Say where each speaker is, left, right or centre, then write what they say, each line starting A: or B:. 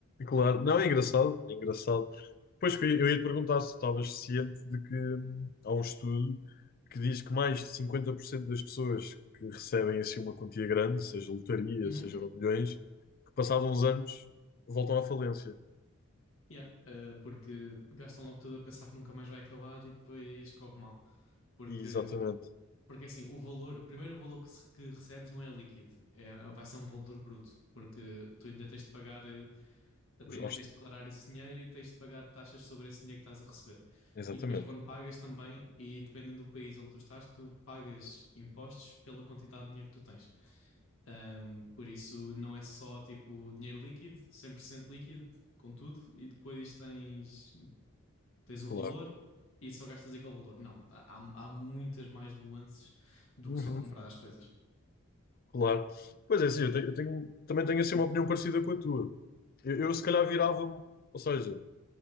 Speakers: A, on the left; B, on the left.
A: Claro, não, é engraçado, é engraçado. Pois que eu ia te perguntar se estavas ciente de que hum, há um estudo que diz que mais de 50% das pessoas que recebem assim uma quantia grande, seja lotaria,
B: Uhum.
A: seja milhões, que passados uns anos voltam à falência.
B: Yeah, eh, porque gastam logo tudo a pensar que nunca mais vai acabar e depois corre mal. Porque,
A: E exatamente.
B: porque assim, o valor, primeiro o valor que, se- que recebes não é líquido, é, vai ser um valor bruto, porque tu ainda tens de pagar. eh, Até
A: Os-
B: ainda
A: aos-
B: tens de declarar esse dinheiro e tens de pagar taxas sobre esse dinheiro que estás a receber.
A: Exatamente,
B: E depois, quando pagas também, e dependendo do país onde tu estás, tu pagas impostos pela quantidade de dinheiro que tu tens. Ahm, por isso, não é só tipo dinheiro líquido, 100% líquido, com tudo, e depois tens, tens
A: claro.
B: o valor e só gastas aquele valor. Não, há, há há muitas mais nuances do
A: Uhum,
B: que só comprar as coisas.
A: Claro. Pois é, sim, eu tenho, eu tenho- também tenho assim uma opinião parecida com a tua. Eu, eu se calhar virava-me, ou seja,